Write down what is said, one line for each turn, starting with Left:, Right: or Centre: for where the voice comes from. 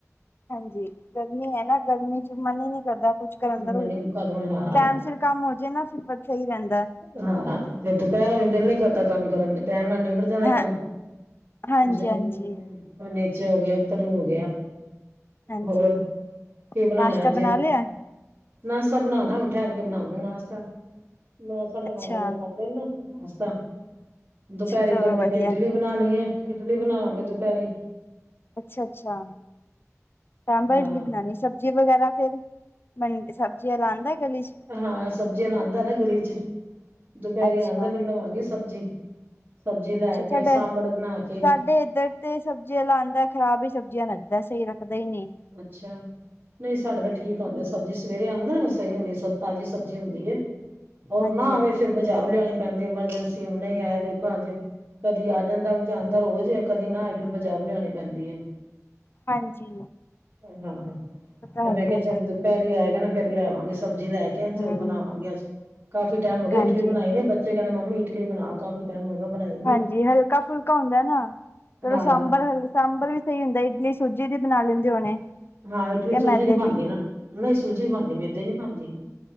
Left: ਹਾਂਜੀ, ਗਰਮੀ ਹੈ ਨਾ ਗਰਮੀ ਮਨ ਹੀ ਨਹੀਂ ਕਰਦਾ ਕੁਛ ਕਰਨ ਦਾ
Right: ਮੈਨੂੰ
Left: ਵੀ
Right: ਕਦੋਂ ਹਾਂ
Left: ਟੈਮ ਸਿਰ ਫਿਰ ਕੰਮ ਹੋਜੇ ਨਾ ਫਿਰ ਸਹੀ ਰਹਿੰਦਾ।
Right: ਹਾਂ ਫਿਰ ਦੁਪਹਿਰੇ ਵੀ ਦਿਲ ਨੀ ਕਰਦਾ ਕੰਮ ਕਰਨ ਦੀ ਟੈਮ ਨਾਲ ਨਿਬੜ ਦਾ
Left: ਹਾਂ
Right: ਕੰਮ
Left: ਹਾਂਜੀ
Right: ਫੇਰ
Left: ਹਾਂਜੀ
Right: ਨੀਚੇ ਹੋਇਆ, ਉੱਪਰ ਹੋ ਗਿਆ
Left: ਹਾਂਜੀ
Right: ਹੋਰ ਕੀ ਬਣਾਉਣਾ
Left: ਨਾਸ਼ਤਾ
Right: ਅੱਜ?
Left: ਬਣਾ ਲਿਆ
Right: ਨਾਸਤਾ ਬਨਾਨੈ ਹੁਨ ਠੈਰ ਕੇ ਬਨਾਵਾ ਗੀ ਨਾਸਤਾ, ਨੌ- ਸਾਢੇ
Left: ਅੱਛਾ
Right: ਨੌ ਵਜੇ ਖਾਂਦੇ ਨਾ ਅਸ ਤਾਂ ਦੁਪੈਰੇ
Left: ਚਲੋ
Right: ਕੈੰਦੇ
Left: ਵਧੀਆ
Right: ਪਏ ਇਟਲੀ ਬਣਾਨੀ ਏ ਇਟਲੀ ਬਣਾਵਾਂਗੇ ਦੁਪੈਰੀ।
Left: ਅੱਛਾ-ਅੱਛਾ ਸਾਂਬਰ
Right: ਹਾਂ
Left: ਇਡਲੀ ਬਣਾਉਣੀ ਸਭ ਸਬਜ਼ੀ ਵਗੈਰਾ ਫੇਰ ਬ ਸਬਜ਼ੀ ਆਲਾ ਆਦਾ ਗਲੀ ਚ,
Right: ਹਾਂ ਸਬਜ਼ੀਆਂ ਲਾਦਾ ਨਾ ਗਲੀ ਚ ਦੁਪਹਿਰੀ
Left: ਅੱਛਾ
Right: ਆਦਾ ਫਿਰ ਲਵਾਂਗੀ ਸਬਜ਼ੀ। ਸਬਜ਼ੀ ਲੈ
Left: ਅੱਛਾ ਤੁਹਾਡੇ
Right: ਕੇ ਸਾਂਬੜ ਬਣਾ ਕੇ,
Left: ਸਾਡੇ ਇੱਧਰ ਤੇ ਸਬਜ਼ੀਆਂ ਆਦਾ ਖਰਾਬ ਹੀ ਸਬਜ਼ੀਆਂ ਲਗਦਾ, ਸਹੀ ਰੱਖਦਾ ਹੀ ਨੀ।
Right: ਅੱਛਾ, ਨਹੀਂ ਸਾਡੇ ਤਾਂ ਠੀਕ ਆਦੀ ਸਬਜ਼ੀ ਸਵੇਰੇ ਆਦਾ ਨਾ ਉਹ ਸਹੀ ਹੁੰਦੀ ਸਭ ਤਾਜ਼ੀ ਸਬਜ਼ੀ ਹੁੰਦੀ ਹੈ, ਔਰ
Left: ਹਾਂਜੀ
Right: ਨਾ ਆਵੇ
Left: ਹਾਂਜੀ
Right: ਫਿਰ ਬਾਜ਼ਾਰ ਲਿਆਉਣੀ ਪੈਂਦੀ ਐਮਰਜੈਂਸੀ ਨਹੀ ਆਇਆ ਦੇਖੋ, ਅੱਜ ਕਦੀ ਆ ਜਾਂਦਾ ਓਝ ਆਦਾ ਰੋਜ਼ ਕਦੀ ਨਾ ਫਿਰ ਬਾਜ਼ਾਰ ਲਿਆਉਣੀ ਪੈਂਦੀ ਆ।
Left: ਹਾਂਜੀ,
Right: ਹਾਂ
Left: ਪਤਾ
Right: ਤੇ ਮੈਂ
Left: ਹੀ
Right: ਕਿਹਾ
Left: ਆ
Right: ਚਲ
Left: ਫਿਰ
Right: ਦੁਪਹਿਰ ਆਏਗਾ ਨਾ ਫੇਰ ਲਿਆਵਾਂਗੇ, ਸਬਜ਼ੀ ਲੈ ਕੇ
Left: ਹਮ
Right: ਉਹ ਬਣਾਵਾਂਗੇ ਅ ਕਾਫੀ ਟਾਈਮ ਹੋ
Left: ਹਾਂਜੀ
Right: ਇਟਲੀ ਬਣਾਈ ਨੀ ਬ ਬੱਚੇ ਕਹਿੰਦੇ ਮੰਮੀ ਇਟਲੀ ਬਣਾ ਕਾਫੀ ਟਾਈਮ ਹੋ ਗਿਆ ਬਣਾਈ ਨਹੀਂ।
Left: ਹਾਂਜੀ, ਹਲਕਾ-ਫੁਲਕਾ ਹੁੰਦਾ ਨਾ ਚਲੋ
Right: ਹਾਂ
Left: ਸਾਂਬਰ ਹਲ ਸਾਂਬਰ ਵੀ ਸਹੀ ਹੁੰਦਾ ਇਡਲੀ ਸੂਜੀ ਦੀ ਬਣਾ ਲੈਂਦੇ ਹੋਣੇ।
Right: ਹਾਂ ਇਟਲੀ
Left: ਜਾਂ
Right: ਸੂਜੀ
Left: ਮੈਦੇ
Right: ਦੀ ਬਣਦੀ ਨਾ ਨਹੀਂ ਸੂਜੀ ਬਣਦੀ ਮੇਦੇ ਨੀ ਬਣਦੀ